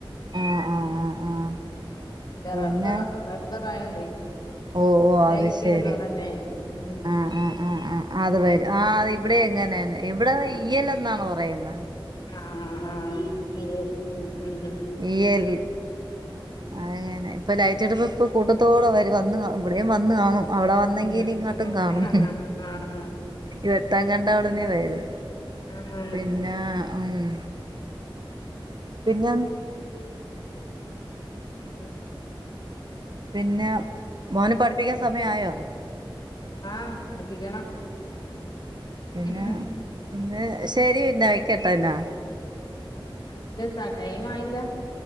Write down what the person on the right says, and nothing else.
ആഹ് ആഹ് ആഹ് ആഹ്
പിന്നെ
ഓ ഓ
അത് ശരി
ആഹ് ആഹ് ആഹ് ആഹ് അതുവരും ആഹ് ഇവിടെയിങ്ങനെന്നെ ഇവിടെ
ഈയലെന്നാണ് പറയുന്ന
ഈയ്യൽ അങ്ങനെ ഇപ്പം ലൈറ്റ്ടുമ്പം ഇപ്പം കൂട്ടത്തോടെ വരും വന്ന് ക ഇവിടെയും വന്നു കാണും അവിടെവന്നെങ്കി
ഇനി ഇങ്ങട്ടും കാണും
വെട്ടം കണ്ടാ ഉടനെവരും
പിന്നാ ഹ് മ് പിന്നം
പിന്നേ മോനെ പഠിപ്പിക്കാൻ സമയമായോ?
പിന്നെ
പിന്നെ ശരി പിന്നെ വയ്ക്കട്ടെന്ന